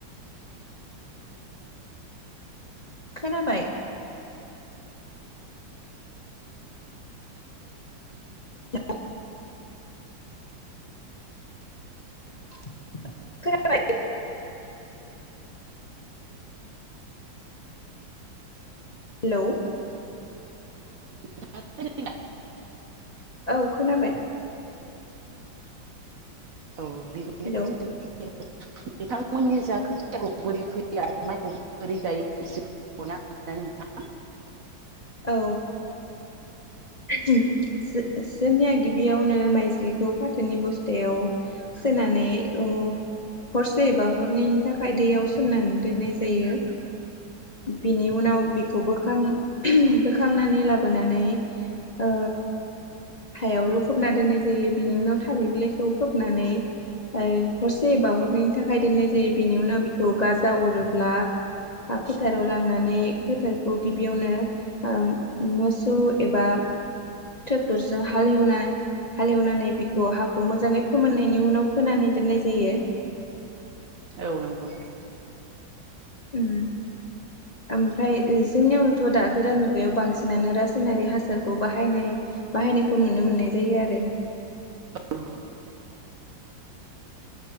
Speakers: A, on the left; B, on the right.
A: खोनाबाय <unintelligible> <unintelligible> खोनाबाय हेलौ
B: <unintelligible> खोनादों दा
A: औ खोनाबाय
B: औ बिदि
A: हेलौ
B: <unintelligible> बिथांमोननि जा खोथियाखौ बोरै फैयो आरो माइखौ बोरै गायो ए <unintelligible> नोंथाङ
A: औ जो जोंनिया गिबियावनो माइजलिखौ फाथोनि बस्थायाव सो ननानै अ हरसे एबा हरनैनि थाखाय दैयाव सोमनानै दोननाय जायो बिनि उनाव बेखौ बोखां ओम बोखांनानै लाबोनानै ओ हायावल' खबना दोननाय जायो बिनि उनाव थारै बिलाइखौ खोबनानै। हरसे बावहरनायनि थाखाय दोननाय जायो बेनि उनाव बेखौ गाजा अरोब्ला फोथाराव लांनानै फोथारखौ गिबियावनो मोसौ एबा ट्रेक्टरजों हाल एवनाय हालेवनानै बिखौ हाखौ मोजाङै फोमोननायनि उनाव फोनानै दोननाय जायो
B: औ नंगौ नोंथां
A: उम ओमफ्राय जोंनियावथ' दा गोदान मुगायाव बांसिन बिसिनानो रासायनारि हासारखौ बाहायनाय बाहायनायखौ नुनो मोननाय जायो आरो
B: <inaudible>